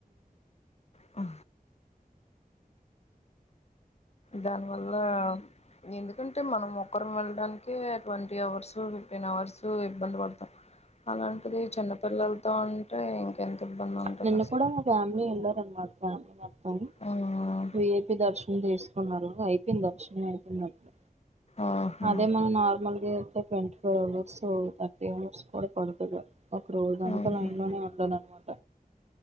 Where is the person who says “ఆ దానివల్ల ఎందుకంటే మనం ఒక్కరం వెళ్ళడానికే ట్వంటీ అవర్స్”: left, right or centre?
Left